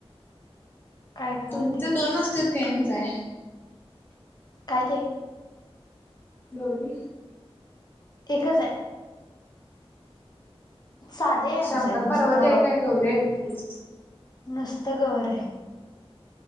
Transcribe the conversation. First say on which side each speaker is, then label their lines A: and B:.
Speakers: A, on the left (about 40°); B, on the left (about 20°).
A: काय काय
B: तुमचं
A: होतंय.
B: दोन असतेत काय एकच आहे.
A: काय ते?
B: गौरी
A: एकच आहे. साधे आहे आमच्यात
B: शंकर
A: नुसतं
B: पार्वती आहे काय गौरी आहे नुसती.
A: नुसतं गौर आहे.